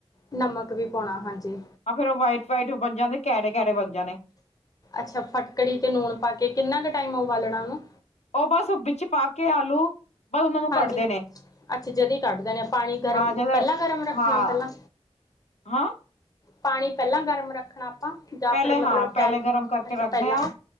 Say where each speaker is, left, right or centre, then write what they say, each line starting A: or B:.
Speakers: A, on the left; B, on the left.
A: ਨਮਕ ਵੀ ਪਾਉਣਾ ਹਾਂਜੀ
B: ਆਹ ਫੇਰ ਉਹ ਵਾਈਟਰ- ਵਾਈਟ ਬੰਜਾਦੇ ਕੈੜੇ-ਕੈੜੇ ਬੰਨ ਜਾਣੇ।
A: ਅੱਛਾ ਫਟਕੜੀ ਤੇ, ਲੂਣ ਪਾਕੇ ਕਿੰਨਾ ਕੁ ਟਾਈਮ ਉਬਾਲਣਾ ਉਹਨੂੰ
B: ਉਹ, ਬਸ ਵਿੱਚ ਪਾਕੇ ਆਲੂ ਬਸ ਉਹਨਾਂ ਨੂੰ
A: ਹਾਂਜੀ।
B: ਕੱਢਦੇ ਨੇ
A: ਅੱਛਾ ਜਦੀ ਕੱਢ ਦੇਣੇ ਆ, ਪਾਣੀ ਗਰਮ
B: ਹਾਂ ਜਦੋਂ
A: ਪਹਿਲਾਂ ਗਰਮ ਰੱਖਣਾ
B: ਹਾਂ
A: ਪਹਿਲਾਂ
B: ਹਾਂ।
A: ਪਾਣੀ ਪਹਿਲਾਂ, ਗਰਮ ਰੱਖਣਾ ਆਪਾਂ ਜਾਂ
B: ਪਹਿਲੇ
A: ਫਿਰ ਮਤਲਬ
B: ਹਾਂ,
A: ਟਾਈਮ
B: ਪਹਿਲੇ ਗਰਮ ਕਰਕੇ
A: ਅੱਛਾ
B: ਰੱਖਦੇ
A: ਪਹਿਲਾਂ
B: ਹਾਂ,